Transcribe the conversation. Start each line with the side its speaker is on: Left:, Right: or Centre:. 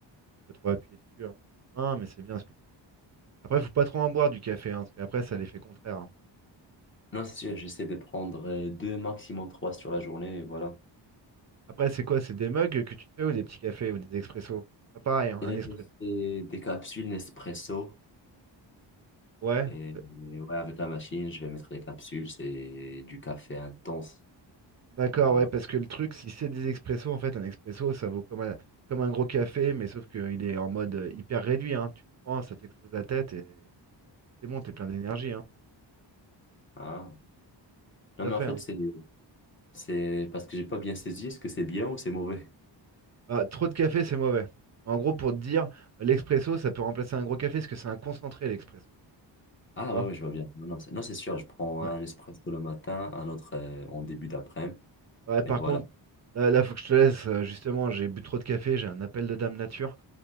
Right: pas trop appuyer dessus. hein. Non, mais c'est bien ce que tu... Après, faut pas trop en boire du café, hein, parce qu'après, ça a l'effet contraire. hein.
Left: Non, c'est sûr, j'essaie de prendre euh, deux, maximum trois sur la journée, et voilà.
Right: Après, c'est quoi? C'est des mugs que tu te fais ou des petits cafés ou des expressos? Pas pareil, hein, un
Left: Euh,
Right: expresso.
Left: C'est des capsules Nespresso.
Right: Ouais,
Left: Et,
Right: euh,
Left: et ouais, avec la machine, je vais mettre les capsules. C'est du café intense.
Right: d'accord,
Left: Et
Right: ouais,
Left: ouais.
Right: parce que le truc, si c'est des expressos, en fait, un expresso, ça vaut comme un, comme un gros café, mais sauf qu'il est en mode euh, hyper réduit, hein. Tu le prends, ça t'explose la tête et c'est bon, t'es plein d'énergie, hein.
Left: Ah. Non,
Right: Tout à
Left: mais
Right: fait,
Left: en fait,
Right: hein.
Left: c'est c'est parce que j'ai pas bien saisi. Est-ce que c'est bien ou c'est mauvais?
Right: Bah, trop de café, c'est mauvais. En gros, pour te dire, l'expresso, ça peut remplacer un gros café, parce que c'est un concentré, l'expresso.
Left: Ah
Right: Tu vois?
Left: ouais, ouais, je vois bien. Non, non, c'est non, c'est sûr. Je prends
Right: Ouais.
Left: un Nespresso le matin, un autre euh, en début d'après-midi.
Right: Ouais, par
Left: Et voilà.
Right: contre, là, là, faut que je te laisse, euh, justement, j'ai bu trop de café, j'ai un appel de dame nature.